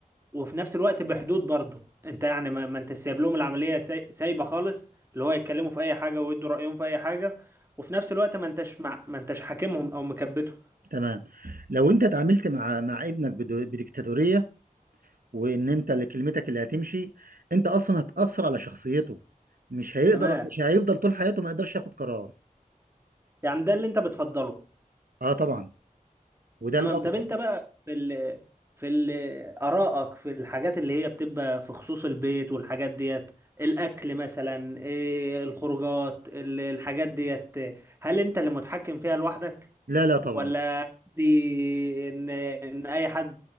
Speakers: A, on the right; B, on the right.
A: وفي نفس الوقت بحدود برضه انت يعني ما, ما انت سايب لهم العمليه ساي- سايبه خالص اللي هو يتكلموا في اي حاجه ويدوا رايهم في اي حاجه وفي نفس الوقت ما انتش مع... ما انتش حاكمهم او مكبتهم
B: تمام لو انت اتعاملت مع مع ابنك بدو- بديكتاتورية وان انت اللي كلمتك اللي هتمشي انت اصلا هتأثر على شخصيته مش هيقدر
A: تمام
B: مش هيفضل طول حياته ما يقدرش ياخد قرار
A: يعني ده اللي انت بتفضله
B: اه طبعا وده
A: تمام
B: الافضل
A: طب انت بقى في ال... في ال... ارائك في الحاجات اللي هي بتبقى في خصوص البيت والحاجات ديت الاكل مثلا إيه الخروجات ال- الحاجات ديت هل انت اللي متحكم فيها لوحدك
B: لا لا طبعا
A: ولا دي ان ان اي حد